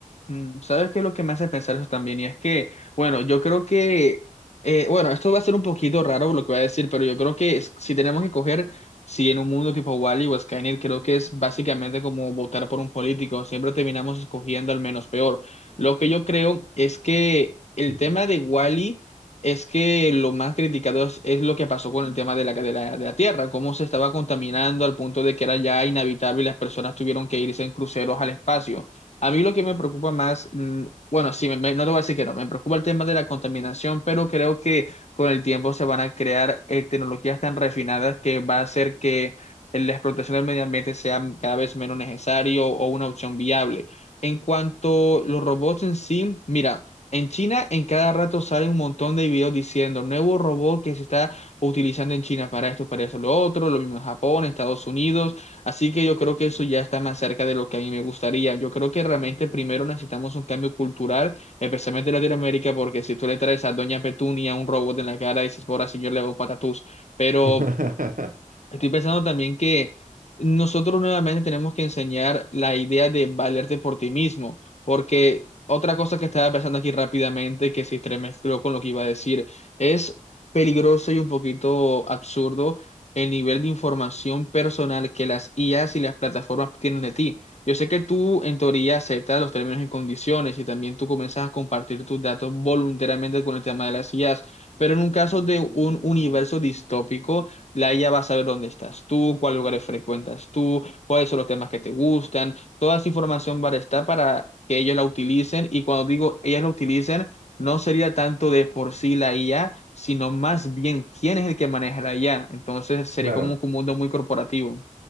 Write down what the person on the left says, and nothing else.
Mm, ¿Sabes qué es lo que me hace pensar eso también? Y es que, bueno, yo creo que, eh, bueno, esto va a ser un poquito raro lo que voy a decir, pero yo creo que es- si tenemos que coger, si en un mundo tipo Wall-E o Skynet, creo que es básicamente como votar por un político, siempre terminamos escogiendo al menos peor. Lo que yo creo es que el
tema de Wall-E es que lo más criticado es, es lo que pasó con el tema de la, de la, de la Tierra, cómo se estaba contaminando al punto de que era ya inhabitable y las personas tuvieron que irse en cruceros al espacio. A mí lo que me preocupa más, mm, bueno, sí, me- me- no te voy a decir que no, me preocupa el tema de la contaminación, pero creo que con el tiempo se van a crear eh, tecnologías tan refinadas que va a hacer que la explotación del medio ambiente sea cada vez menos necesario o una opción viable. En cuanto a los robots en sí, mira, en China en cada rato sale un montón de videos diciendo nuevo robot que se está utilizando en China para esto, para eso, lo otro, lo mismo en Japón, Estados Unidos. Así que yo creo que eso ya está más cerca de lo que a mí me gustaría. Yo creo que realmente primero necesitamos un cambio cultural, especialmente en Latinoamérica, porque si tú le traes a Doña Petunia un robot en la cara, dices, por señor, le hago patatús. Pero
Estoy pensando también que nosotros nuevamente tenemos que enseñar la idea de valerte por ti mismo, porque otra cosa que estaba pensando aquí rápidamente, que se entremezcló con lo que iba a decir, es peligroso y un poquito absurdo el nivel de información personal que las IAs y las plataformas tienen de ti. Yo sé que tú en teoría aceptas los términos y condiciones y también tú comienzas a compartir tus datos voluntariamente con el tema de las IAs, pero en un caso de un universo distópico, la IA va a saber dónde estás tú, cuáles lugares frecuentas tú, cuáles son los temas que te gustan. Toda esa información va a estar para que ellos la utilicen. Y cuando digo ellos la utilicen, no sería tanto de por sí la IA, sino más bien quién es el que maneja la IA. Entonces sería
como un mundo muy corporativo.